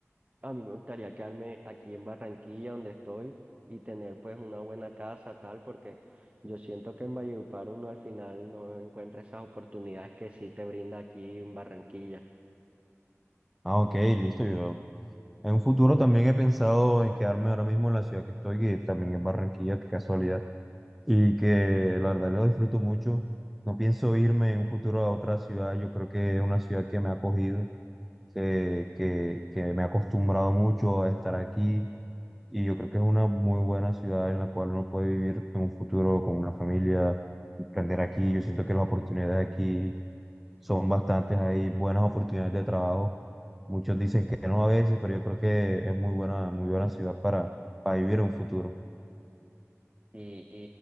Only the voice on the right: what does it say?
a mí me gustaría quedarme aquí en Barranquilla donde estoy y tener pues una buena casa tal, porque yo siento que en Valledupar uno al final no encuentra esas oportunidades que sí te brinda aquí en Barranquilla.
Y,